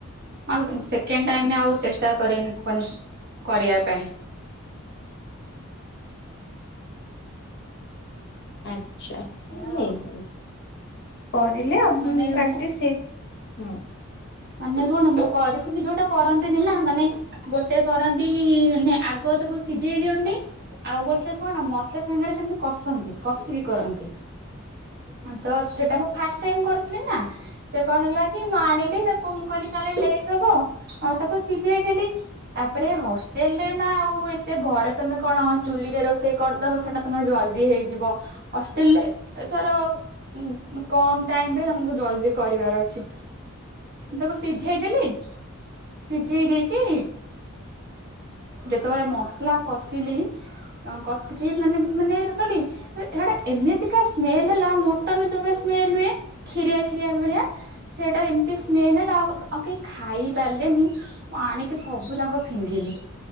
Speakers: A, on the right (about 45°); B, on the left (about 50°).
A: ଆଉ ସେକେଣ୍ଡ୍ ଟାଇମ୍ ଆଉ ଚେଷ୍ଟା କରିନି କନ୍ କରିବା ପାଇଁ।
B: ଆଚ୍ଛା ଉଁ
A: ଆଜ୍ଞା
B: ହୁଁ ଏଇପରି। କରିଲେ ଉଁ
A: ମାନେ
B: ପ୍ରାକ୍ଟିସ୍
A: ମୁଁ
B: ହେଇ ହୁଁ।
A: ମାନେ କଣ ମୁଁ କରିଥିଲି ଯୋଉଟା କରନ୍ତିନି ନାଁ ମାନେ ଗୋଟେ କରନ୍ତି ୟୁନି ଆଗ ତାକୁ ସିଝେଇ ଦିଅନ୍ତି ଆଉ ଗୋଟେ କଣ ମସଲା ସାଙ୍ଗରେ ସେମିତି କଷନ୍ତି କଷିକି କରନ୍ତି। ଅଁ ତ ସେଟା ମୁଁ ଫାଷ୍ଟ ଟାଇମ୍ କରୁଥୁଲି ନାଁ ସେ କଣ ହେଲା କି ମୁଁ ଆଣିଲି ତା କଁ କହିଲି କାଳେ ଲେଟ୍ ହବ ଆଉ ତାକୁ ସିଝେଇ ଦେଲି ତାପରେ ହଷ୍ଟେଲ୍ ରେ ନାଁ ଉ ଏତେ ଘରେ ତମେ କଣ ଚୁଲିରେ ରୋଷେଇ କରିଦବ ସେଟା ତମର ଜଲ୍ଦୀ ହେଇଯିବ ହଷ୍ଟେଲ୍ ରେ ଏଥର ଉଁ ଉଁ କମ୍ ଟାଇମ୍ ରେ ଆମୁକୁ ଜଲ୍ଦୀ କରିବାର ଅଛି। ତାକୁ ସିଝେଇ ଦେଲି ସିଝେଇ ଦେଇକି ଯେତବେଳେ ମସଲା କସିଲି ଅଁ କଷିକି ମାନେ ଯେ ମାନେ କଲି ତ ହେଉଡ଼ା ଏମିତିକା ସ୍ମେଲ୍ ହେଲା ମଟନ୍ ଯୋଉ ଭଳିଆ ସ୍ମେଲ୍ ହୁଏ ଏ ଖିରିଆ ଖିରିଆ ଭଳିଆ ସେଇଟା ଏମ୍ ଏତେ ସ୍ମେଲ୍ ହେଲା ଆଉ ଆଉ କେହି ଖାଇ ପାରଲେନି ମୁଁ ଆଣିକି ସବୁ ଯାଙ୍କ ଫିଙ୍ଗିଲି।